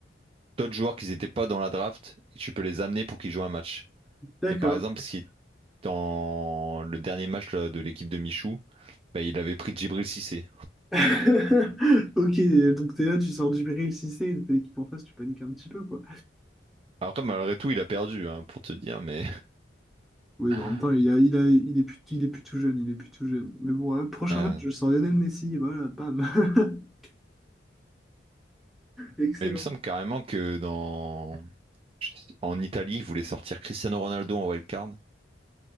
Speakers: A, on the right (about 30°); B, in the centre.
A: d'autres joueurs qui n'étaient pas dans la draft, et tu peux les amener pour qu'ils jouent un match.
B: D'accord.
A: Et par exemple, si dans le dernier match là, de l'équipe de Michou, Bah, il avait pris Djibril Cissé.
B: <laughs> Ok, donc t'es là, tu sors du Bril Cissé, t'es l'équipe en face, tu paniques un petit peu, quoi.
A: Après, malgré tout, il a perdu, hein, pour te dire, mais...
B: Oui,
A: <laughs>
B: bon, en même temps, il a, il a- il est plus, il est plus tout jeune, il est plus tout jeune. Mais bon, hein, prochain
A: Euh,
B: match, je sors Lionel Messi, et voilà, bam. <laughs> Excellent.
A: Mais il me semble carrément que dans... je sais- en Italie, ils voulaient sortir Cristiano Ronaldo en wildcard.